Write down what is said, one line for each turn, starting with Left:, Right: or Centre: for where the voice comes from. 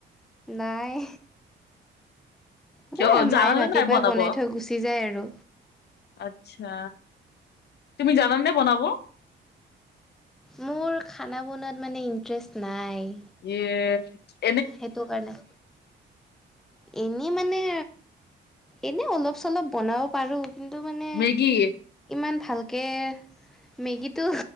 Centre: নাই। সদায়
Left: কিয় জানানে
Centre: মায়ে ৰাতিপুৱাই
Left: নাই বনাব
Centre: বনাই থৈ গুচি যায় আৰু।
Left: আচ্ছা, তুমি জানা নে বনাব?
Centre: মোৰ খানা বনুৱাত মানে ইণ্টাৰেষ্ট নাই।
Left: ইয়ে
Centre: সেইটো কাৰণে এনেই মানে এনে অলপ চলপ বনাব পাৰো কিন্তু মানে
Left: মেগী
Centre: ইমান ভালকে মেগীটো